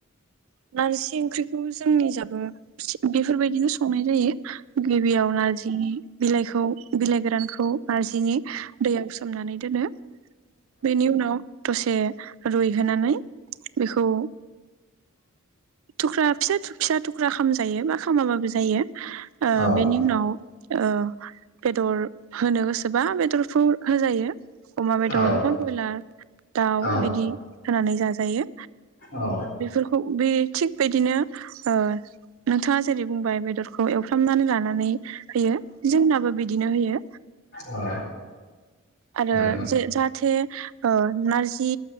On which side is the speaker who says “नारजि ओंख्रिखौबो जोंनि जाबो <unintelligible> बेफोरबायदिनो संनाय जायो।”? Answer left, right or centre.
Right